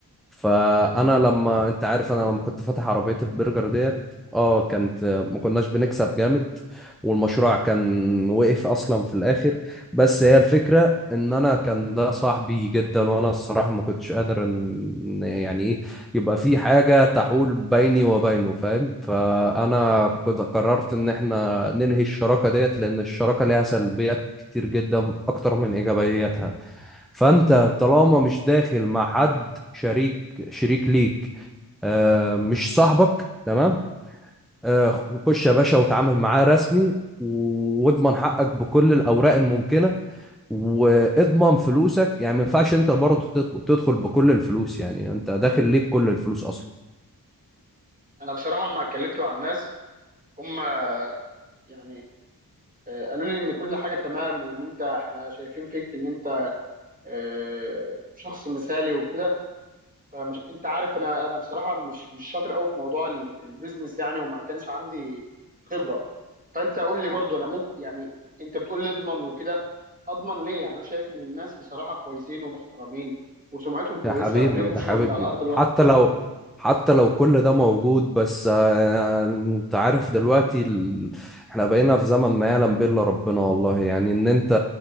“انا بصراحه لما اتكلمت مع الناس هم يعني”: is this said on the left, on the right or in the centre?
Right